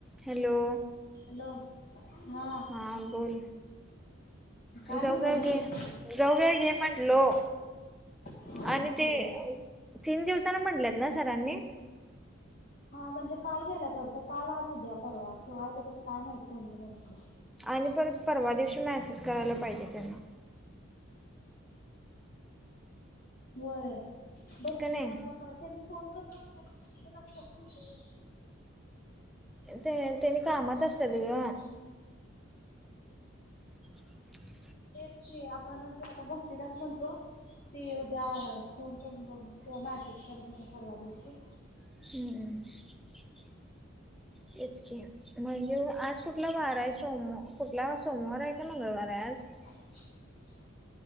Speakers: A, in the centre; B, on the left.
A: Hello!
B: Hello हा
A: हाबोल.
B: काय
A: जव
B: म्हणाल तीस
A: घे जव घे म्हणलो.
B: हा हा
A: आणि
B: हा कळलं
A: ते तीन दिवसाना म्हटलेत ना सरांनी.
B: हा म्हणजे काल गेला थोड तर, काल आज उद्या परवा किंवा य तर, तर काय माहिती आहे नेमकं.
A: आणि परत परवा दिवशी मेसेज करायला पाहिजे त्यांना.
B: होय भक्ती
A: का नाही
B: आता करते ना! फोन करत म ति लक्षातते.
A: ते त्यांनी कामात
B: <unintelligible>
A: असतात ग <unintelligible>
B: तेच की आपण अस, आता भक्तीलाच म्हणतो ते उद्या व्हा मॅसेज करज म परवा दिवशी.
A: <inaudible> तेच म्हणजे आज कुठला वार आहे, सोम कुठला सोमवार आहे का मंगळवार आहे. बं. <unintelligible>
B: ह <unintelligible>